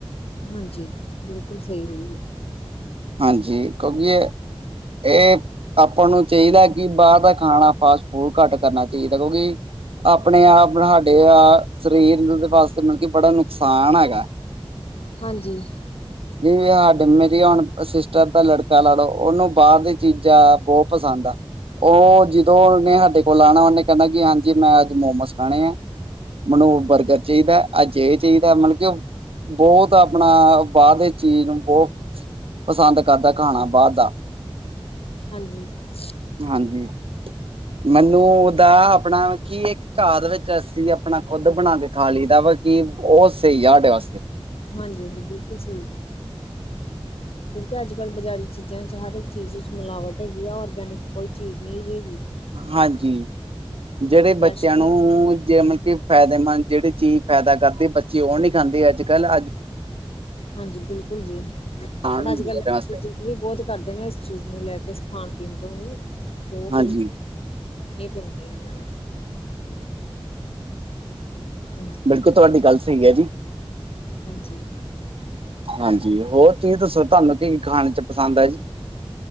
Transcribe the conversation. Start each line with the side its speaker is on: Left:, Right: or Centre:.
Left: ਹਾਂਜੀ ਬਿਲਕੁਲ ਸਹੀ ਹੈ ਜੀ।
Right: ਹਾਂਜੀ ਕਿਉਂਕਿ ਇਹ ਇਹ। ਆਪਾਂ ਨੂੰ ਚਾਹੀਦਾ ਕਿ ਬਾਹਰ ਦਾ ਖਾਣਾ ਫਾਸਟ ਫੂਡ ਘੱਟ ਕਰਨਾ ਚਾਹੀਦਾ ਕਿਉਂਕਿ। ਆਪਣੇ ਆਪ ਸਾਡੇ ਸਰੀਰ ਨੂੰ ਵਾਸਤੇ ਮਤਲਬ ਕਿ ਬੜਾ ਨੁਕਸਾਨ ਹੈਗਾ। <unintelligible>
Left: ਹਾਂਜੀ।
Right: ਜ ਸਾਡੇ ਮੇਰੀ ਹੁਣ ਸਿਸਟਰ ਦਾ ਲੜਕਾ ਲਾ ਲੋ ਉਹਨੂ। ਬਾਹਰ ਦੀ ਚੀਜ਼ਾਂ ਬਹੁਤ ਪਸੰਦ ਆ। ਉਹ ਜਦੋਂਨੇ ਸਾਡੇ ਕੋਲ ਆਉਣਾ ਉਹਨੇ ਕਹਿੰਦਾ ਕਿ ਹਾਂਜੀ ਮੈਂ ਅੱਜ ਮੋਮੋਸ ਖਾਣੇ ਆ। ਮੈਨੂੰ ਬਰਗਰ ਚਾਹੀਦਾ ਅਜੇ ਚਾਹੀਦਾ ਮਤਲਬ ਕਿ। ਬਹੁਤ ਆਪਣਾ ਬਾਹਦੇ ਚੀਜ਼ ਨੂੰ ਬਹੁ ਤ ਪਸੰਦ ਕਰਦਾ ਖਾਣਾ ਬਾਹਰ ਦਾ,
Left: ਹਮ
Right: ਹਾਂਜੀ। ਮੈਨੂੰ ਉਹਦਾ ਆਪਣਾ ਕੀ ਇੱਕ ਘਰ ਵਿੱਚ ਅੱਸੀ ਆਪਣਾ ਖੁੱਦ ਬਣਾ ਕੇ ਖਾ ਲਈ ਦਾ ਵ। ਕਿ ਬਹੁਤ ਸਹੀ ਯਾ ਸਾਡੇ ਵਾਸਤੇ।
Left: ਹਾਂਜੀ, ਹਾਂਜੀ ਬਿਲਕੁਲ ਸਹੀ।
Right: <unintelligible>
Left: ਕਿਉਂਕਿ, ਅੱਜ ਕੱਲ੍ਹ ਬਾਜ਼ਾਰੀ ਚੀਜ਼ਾਂ ਵਿੱਚ ਹਰ ਇੱਕ ਚੀਜ਼ ਵਿੱਚ ਮਿਲਾਵਟ ਹੈਗੀ ਆ, ਔਰਗੈਨਿਕ ਕੋਈ ਚੀਜ਼ ਨਹੀ ਹੈਗੀ।
Right: ਹਾਂਜੀ, ਜਿਹੜੇ
Left: ਫਰੈਸ਼
Right: ਬੱਚਿਆਂ ਨੂੰ ਜ ਮਤਲਬ ਕਿ ਫਾਇਦੇਮੰਦ ਜਿਹੜੀ ਚੀਜ਼ ਫੈਦਾ ਕਰਦੇ ਬੱਚੇ ਉਹ ਨਹੀਂ ਖਾਂਦੇ ਅੱਜ ਕੱਲ੍ਹ ਅੱਜ
Left: ਹਾਂਜੀ, ਬਿਲਕੁਲ ਜੀ
Right: ਖਾਣ
Left: ਪਰ
Right: ਹੁੰਦੀ
Left: ਅੱਜ-ਕੱਲ
Right: ਉਹਦੇ
Left: ਬਚੇ
Right: ਵਾਸਤੇ
Left: ਜੀ ਵੀ ਬਹੁਤ ਕਰਦੇ ਨੇ ਇਸ ਚੀਜ਼ ਨੂੰ ਲੈ ਕੇ ਖਾਣ ਪੀਣ ਤੋਂ ਵੀ ਤੇ
Right: ਹਾਂਜੀ
Left: ਫਿਰ ਪੈਂਦੀਆਂ ਉਹਨਾਂ ਨੂੰ <inaudible>
Right: ਬਿਲਕੁਲ ਤੁਹਾਡੀ ਗੱਲ ਸਹੀ ਹੈ ਜੀ।
Left: ਹਾਂਜੀ।
Right: ਹਾਂਜੀ, ਹੋਰ ਤੁਸੀਂ ਦੱਸੋ ਤੁਹਾਨੂੰ ਕੀ ਖਾਣ ਚ ਪਸੰਦ ਹੈ ਜੀ?